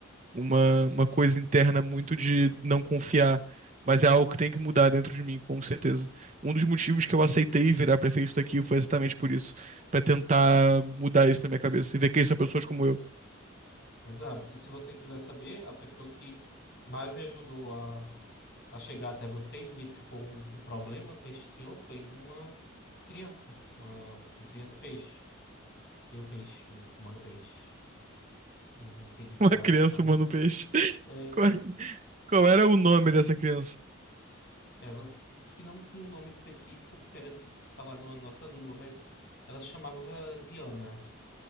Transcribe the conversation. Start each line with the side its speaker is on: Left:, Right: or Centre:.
Right: uma, uma coisa interna muito de não confiar. Mas é algo que tem que mudar dentro de mim, com certeza. Um dos motivos que eu aceitei virar prefeito daqui foi exatamente por isso, Pra tentar mudar isso na minha cabeça e ver que são pessoas como eu,
Left: Exato. E se você quiser saber, a pessoa que mais me ajudou a, a chegar até você e identificou um, um problema com este senhor foi uma criança, uma criança peixe, meu peixe, humano peixe. Eu não entendi
Right: <laughs>
Left: qual
Right: uma criança
Left: é a, a...
Right: humano peixe. <laughs>
Left: É,
Right: Qual, qual era o nome dessa criança?
Left: Ela disse que não tinha um nome específico porque era difícil de falar na nossa língua, mas ela se chamava Diana.